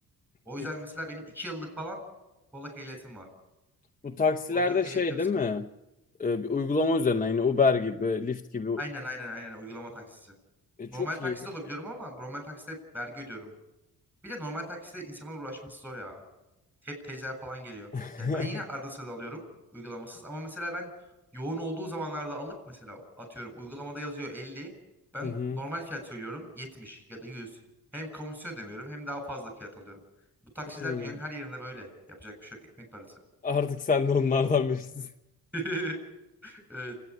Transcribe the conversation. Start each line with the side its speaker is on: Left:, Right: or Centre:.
Centre: O
Left: Hiç-
Centre: yüzden mesela benim 2 yıllık falan Polak ehliyetim var.
Left: Bu taksilerde
Centre: O yüzden ehliyette
Left: şey
Centre: bir
Left: değil
Centre: sıkıntı
Left: mi?
Centre: yok.
Left: e, bir uygulama üzerinden yine Uber gibi, Lyft gibi.
Centre: Aynen aynen aynen uygulama taksisi.
Left: E,
Centre: Normal
Left: çok
Centre: takside
Left: iyi.
Centre: olabiliyorum ama normal takside vergi ödüyorum. Bir de normal takside insanlar uğraşması zor ya. Hep teyzeler falan geliyor.
Left: <laughs>
Centre: Yani ben yine arada sırada alıyorum uygulamasız ama mesela ben yoğun olduğu zamanlarda alıp mesela atıyorum uygulamada yazıyor 50. Ben
Left: Hı hı.
Centre: normal fiyat söylüyorum 70 ya da 100. Hem komisyon ödemiyorum hem daha fazla fiyat alıyorum. Bu taksiciler
Left: Hı.
Centre: dünyanın her yerinde böyle. Yapacak bir şey yok. Ekmek parası.
Left: Artık sen de onlardan birisin. <laughs>
Centre: <laughs> Evet.